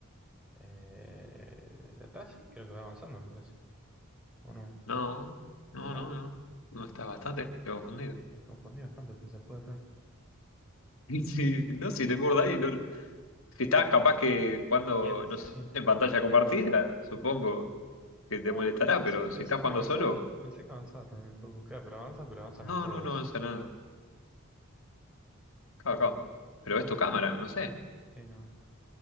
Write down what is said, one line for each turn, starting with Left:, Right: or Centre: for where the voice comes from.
Centre: Eh, de atrás sí, creo que va avanzando, me parece. ¿O no?
Left: No, no,
Centre: ¿No?
Left: no, no. No, estás bastante confundido. <laughs>
Centre: Me confundí bastante, entonces puede ser.
Left: Sí, no, si te morda ahí, no. Si estás capaz que cuando,
Centre: Quiet,
Left: no
Centre: sí.
Left: sé, en pantalla compartida, supongo que
Centre: No,
Left: te molestará,
Centre: pens-
Left: pero
Centre: pensé
Left: si estás
Centre: que
Left: jugando
Centre: avanzaba,
Left: solo,
Centre: pensé que avanzaba también un poco. Claro, pero avanza, pero avanza
Left: no,
Centre: con todos.
Left: no, no avanza nada. Cabo, cabo. Pero ves tu cámara, no sé.
Centre: Sí, no.